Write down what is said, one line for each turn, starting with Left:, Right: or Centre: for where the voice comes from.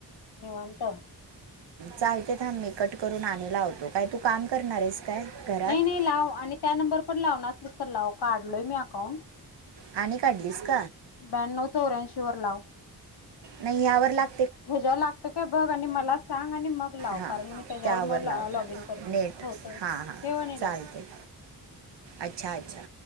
Left: निवत.
Right: चालते थांब मी कट करून आणि लावतो काय तू काम करणार आहेस? काय घरात
Left: नाही नाही लाव आणि त्या नंबर पण लावणार असलीस तर लाव काढलोय मी अकाउंट.
Right: आणि काढलीस का?
Left: ब्याण्णव चौऱ्यांशी वर लाव.
Right: नाही यावर लाग
Left: ह्याज लागतो काय बघ आणि मला सांग आणि मग लाव
Right: हां
Left: कारण मी त्याच्यावर
Right: त्यावर
Left: मग
Right: लावतो
Left: लॉग इन करतो.
Right: नेट
Left: होतं
Right: हां हां
Left: ठेव आणि
Right: चालते
Left: लाव.
Right: अच्छा अच्छा.